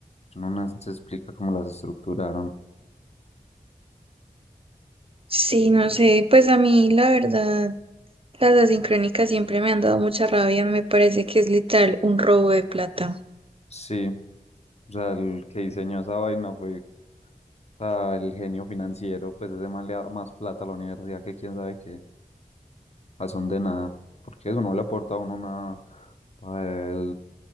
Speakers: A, on the left (about 45°); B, on the right (about 35°).
A: no nos se explica cómo las estructuraron.
B: Sí, no sé, pues a mí la verdad, las asincrónicas siempre me han dado mucha rabia, me parece que es literal un robo de plata.
A: Sí, o sea, el que diseñó esa vaina fue, o sea, el genio financiero, pues ese man le ha dado más plata a la universidad que quién sabe qué, a son de nada, porque eso no le aporta a uno nada para